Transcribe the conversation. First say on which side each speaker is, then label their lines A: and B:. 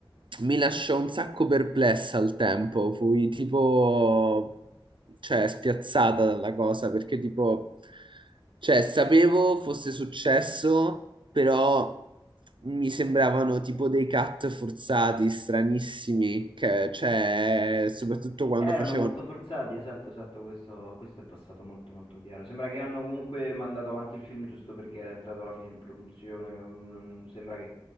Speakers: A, on the right; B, on the left.
A: mi lasciò un sacco perplessa al tempo, fui tipo, cioè, spiazzata dalla cosa perché tipo, cioè, sapevo fosse successo, però mi sembravano tipo dei cut forzati, stranissimi, che, cioè, soprattutto quando
B: Erano
A: facevano
B: molto forzati, esatto, esatto, questo, questo è passato molto molto chiaro. Sembra che hanno comunque mandato avanti il film giusto perché era entrato alla fine in produzione, non- sembra che